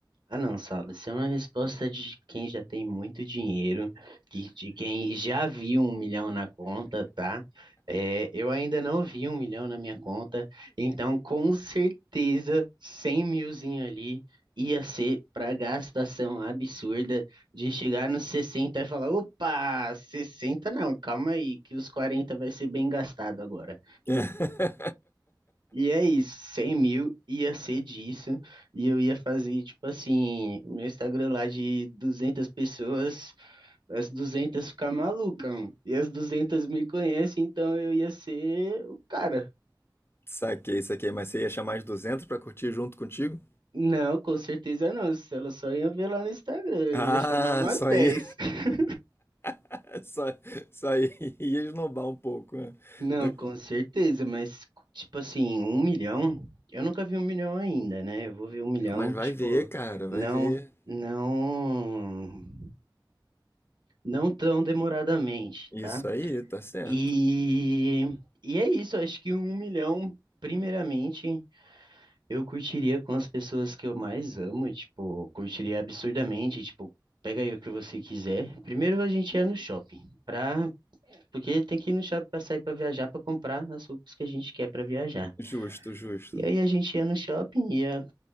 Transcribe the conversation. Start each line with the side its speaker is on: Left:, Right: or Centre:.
Right: Ah, não, Saulo, isso é uma resposta de quem já tem muito dinheiro, de, de quem já viu um milhão na conta, tá? É, eu ainda não vi um milhão na minha conta, então com certeza 100 milzinho ali ia ser pra gastação absurda de chegar nos 60 e falar: opa, 60 não, calma aí, que os 40 vai ser bem gastado agora.
Left: <laughs>
Right: E é isso, 100 mil ia ser disso, e eu ia fazer, tipo assim, meu Instagram lá de 200 pessoas, as 200 ficar maluca, mano. e as 200 me conhecem, então eu ia ser o cara.
Left: Saquei, saquei, mas você ia chamar as 200 pra curtir junto contigo?
Right: Não, com certeza não, se elas só iam ver lá no Instagram, eu
Left: Ah,
Right: ia chamar umas
Left: só
Right: dez
Left: ia,
Right: <laughs>
Left: <laughs> só, só ia esnobar um pouco, né?
Right: Não,
Left: No-
Right: com certeza, mas, tipo assim, um milhão, eu nunca vi um milhão ainda, né? Eu vou ver um milhão,
Left: Mas vai
Right: tipo,
Left: ver, cara, vai
Right: não,
Left: ver.
Right: não... Não tão demoradamente,
Left: Isso
Right: tá?
Left: aí, tá certo.
Right: E, e é isso, eu acho que um milhão, primeiramente, eu curtiria com as pessoas que eu mais amo, tipo, curtiria absurdamente, tipo, pega aí o que você quiser. Primeiro a gente ia no shopping, pra, porque tem que ir no shopping pra sair pra viajar, pra comprar as roupas que a gente quer pra viajar.
Left: Justo, justo.
Right: E aí a gente ia no shopping, ia